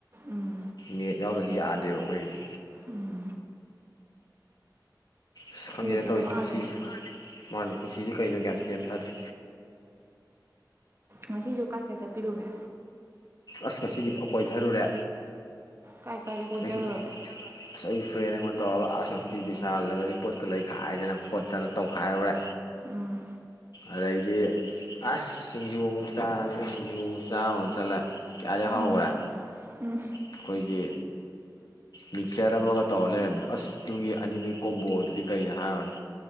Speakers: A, on the right; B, on the left.
A: ꯎꯝ
B: ꯅꯦꯠ ꯌꯥꯎꯗ꯭ꯔꯗꯤ ꯌꯥꯗꯦꯕ ꯑꯩꯈꯣꯏꯁꯦ
A: ꯎꯝ
B: ꯑꯁ ꯈꯪꯗꯦꯗ
A: ꯅꯦꯠꯀꯤ
B: ꯇꯧꯔꯤꯁꯦ
A: ꯊꯕꯛ ꯉꯥꯛꯇꯅꯦ
B: ꯄꯨꯟꯁꯤꯁꯦ ꯃꯥꯅꯦ ꯄꯨꯟꯁꯤꯁꯦ ꯀꯩꯅꯣ ꯒ꯭ꯌꯥꯟ ꯃꯦꯟ ꯑꯝ ꯊꯥꯗ꯭ꯔꯦ
A: ꯉꯁꯤꯁꯨ ꯀꯥꯏ ꯀꯥꯏ ꯆꯠꯄꯤꯔꯨꯒꯦ
B: ꯑꯁ ꯉꯁꯤꯗꯤ ꯐꯅ ꯀꯣꯏꯊꯔꯨꯔꯦ
A: ꯀꯥꯏ ꯀꯥꯏ
B: ꯑꯩꯁꯨ
A: ꯀꯣꯏꯗꯔꯨꯔꯒꯦ
B: ꯑꯁ ꯑꯩ ꯐ꯭ꯔꯦꯟ ꯑꯩꯉꯣꯟ ꯇꯧꯔꯒ ꯑꯁ ꯉꯁꯤꯗꯤ ꯕꯤꯁꯥꯜꯗꯒꯗꯤ ꯄꯣꯠꯀ ꯂꯩꯈꯥꯏꯗꯅ ꯈꯣꯠꯇꯅ ꯇꯧꯈꯥꯏꯔꯨꯔꯦ
A: ꯎꯝ
B: ꯑꯗꯩꯗꯤ ꯑꯁ ꯁꯤꯡꯖꯨ ꯑꯃꯨꯛ ꯆꯥꯖꯤꯅ ꯁꯤꯡꯖꯨ ꯑꯃꯨꯛ ꯆꯥꯕꯃꯨꯛ ꯆꯠꯂꯦ ꯀꯌꯥꯗꯤ ꯍꯥꯎꯈ꯭ꯔꯦ
A: ꯎꯝ ꯎꯝ
B: ꯑꯩꯈꯣꯏꯒꯤ ꯃꯤꯛꯆꯔ ꯑꯃꯒ ꯇꯧꯔ ꯂꯩꯔꯝꯃꯦ ꯑꯁ ꯇꯨꯒꯤ ꯑꯅꯤꯗꯨꯏ ꯀꯣꯝꯕꯣ ꯗꯨꯗꯤ ꯀꯩ ꯍꯥꯏꯔꯨꯔꯅꯤ